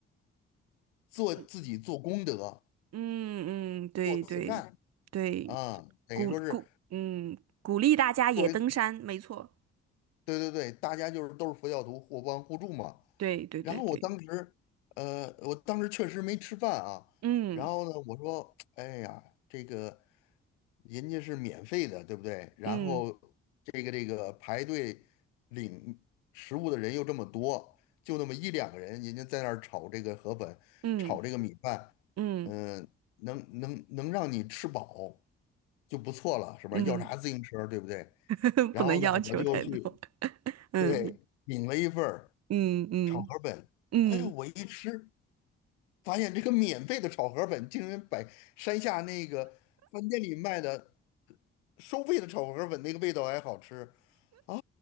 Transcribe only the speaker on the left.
做自己做功德、
做慈善啊，等于说是。
作为。
对对对，大家就是都是佛教徒，互帮互助嘛。
然后我当时，呃，我当时确实没吃饭啊。
然后呢，我说，哎呀，这个人家是免费的，对不对？然后这个这个排队领食物的人又这么多，
就那么一两个人，人家在那儿炒这个河粉，
炒这个米饭，
嗯、能能能让你吃饱就不错了，是吧？
要啥自行车，对不对？
然后呢，
我就去。
对，领了一份儿
炒河粉，
哎，我一吃发现这个免费的炒河粉竟然比山下那个饭店里卖的收费的炒河粉那个味道还好吃啊